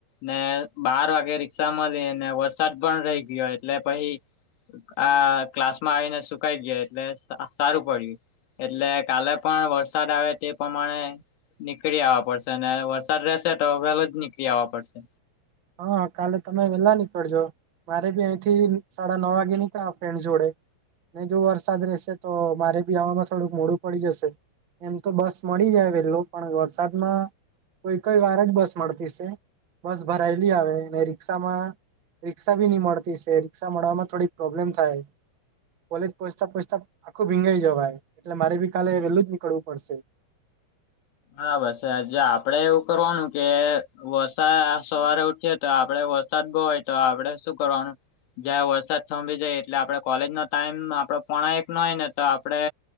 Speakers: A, on the left; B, on the right.
A: ને બાર વાગે રિક્ષા મળીને વરસાદ પણ રહી ગયો એટલે પછી આ ક્લાસ માં આવીને સુકાઈ ગયા એટલે સારું પડ્યું. એટલે કાલે પણ વરસાદ આવે તે પ્રમાણે નીકળી આવવા પડશે ને વરસાદ રહેશે તો વેલો જ નીકળી આવવા પડશે.
B: હા કાલે તમે વેલા નીકળજો. મારે બી અહીંથી સાડા નવ વાગે નીકળા ફ્રેન્ડ જોડે. ન જો વરસાદ રેશે તો મારે બી આવામાં થોડુંક મોડું પડી જશે. એમ તો બસ મળી જાય વેલુ પણ વરસાદમાં કોઈક જ વાર જ બસ મળતી સે. ભરાયેલી આવે ને રિક્ષામાં રિક્ષા બી ની મળતી સે રિક્ષા મળવાવામાં થોડીક પ્રોબ્લેમ થાય. કોલેજ પોચતા પોચતા આખું ભીંજાઈ જવાય એટલે મારે બી કાલે વેલું જ નીકળવું પડશે.
A: બરાબર છે જે આપડે એવું કરવાનું કે વરસાદ સવારે ઉઠીએ તો આપડે. વરસાદ બો હોય તો આપડે શું કરવાનું જયારે વરસાદ થંભી જાય એટલે આપડે કોલેજ નો ટાઈમ આપડો. પોણા એક નય ને તો આપડે